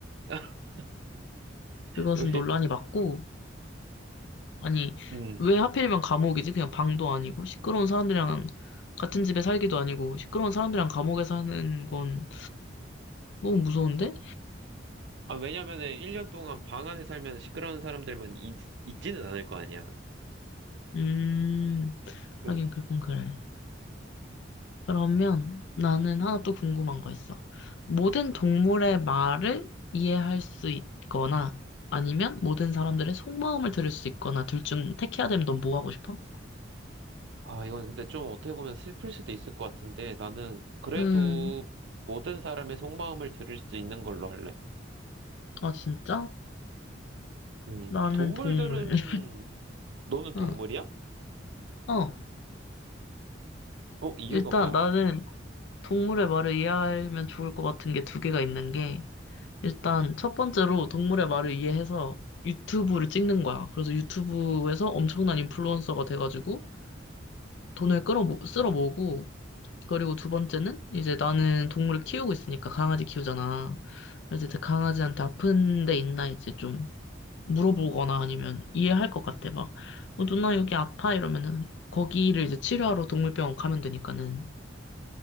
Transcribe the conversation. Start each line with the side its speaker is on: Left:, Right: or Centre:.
Right: <laughs>
Left: 그것은
Right: 왜?
Left: 논란이 맞고, 아니,
Right: 음.
Left: 왜 하필이면 감옥이지? 그냥 방도 아니고, 시끄러운 사람들이랑 같은 집에 살기도 아니고, 시끄러운 사람들이랑 감옥에 사는 건 너무 무서운데?
Right: 아, 왜냐면은 1년 동안 방 안에 살면 시끄러운 사람들만 있, 있지는 않을 거 아니야.
Left: 음, 하긴
Right: 응.
Left: 그건 그래. 그러면 나는 하나 또 궁금한 거 있어. 모든 동물의 말을 이해할 수 있거나 아니면 모든 사람들의 속마음을 들을 수 있거나 둘 중 택해야 되면 넌 뭐 하고 싶어?
Right: 아, 이건 근데 좀 어떻게 보면 슬플 수도 있을 것 같은데 나는 그래도
Left: 음,
Right: 모든 사람의 속마음을 들을 수 있는 걸로 할래.
Left: 아 진짜?
Right: 음,
Left: 나는
Right: 동물들은
Left: 동물. <laughs>
Right: 너는 동물이야?
Left: 응. 어,
Right: 어, 이유가
Left: 일단
Right: 뭐야?
Left: 나는 동물의 말을 이해하면 좋을 것 같은 게 두 개가 있는 게, 일단 첫 번째로 동물의 말을 이해해서 유튜브를 찍는 거야. 그래서 유튜브에서 엄청난 인플루언서가 돼가지고 돈을 끌어, 모- 쓸어 모으고, 그리고 두 번째는 이제 나는 동물을 키우고 있으니까 강아지 키우잖아. 그래서 이제 강아지한테 아픈 데 있나 이제 좀 물어보거나 아니면 이해할 것 같아. 막, 어, 누나 여기 아파 이러면은 거기를 이제 치료하러 동물병원 가면 되니까는.